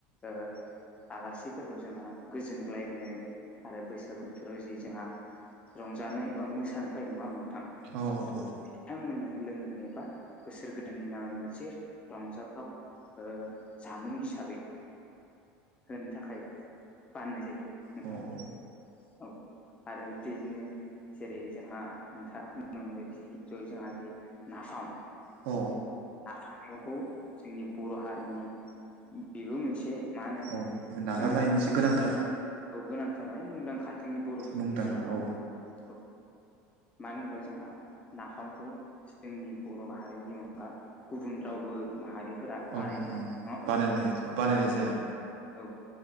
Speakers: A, on the left; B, on the right.
A: ओ आलासिफोरखौ जोंङो गोजोनग्लाय होनो आरो बैसागो बोथोराव जि जोंहा रंजानाय एबा मोसानो फैयो। नङा ओमबा नोंथां?
B: औ औ औ
A: बिथांमोननो लोंहोनो बा बोसोर गोदाननि नामै मोनसे रंजाथाव ओ जामुं हिसाबै होनो थाखाय बानायनाय जायो नोंथां।
B: औ औ औ
A: औ आरो बिदिनो जेरै जोंहा नोंथाङा बुंलांबायजि जय जोंहा जि नाफाम
B: औ
A: नाफाम मैगंखौ जोंनि बर' हारिनि बेबो मोनसे मा होनो
B: औ नागारनो
A: जोंनि
B: हायै मोनसे गोनांथार
A: गेजेराव औ गोनांथार माने मुंदांखा जोंनि बर'फोरनि
B: मुंदांखा
A: गेजेराव नङा
B: औ
A: होमबा औ मानो होनबा जोंहा नाफामखौ जोंनि बर' माहारिनि अन गा गुबुन रावबो माहारि फोरा बानायनो
B: औ औ
A: हाया नङा होमबा
B: बानायनो
A: नोंथां
B: हाया बानायनाय जाया
A: औ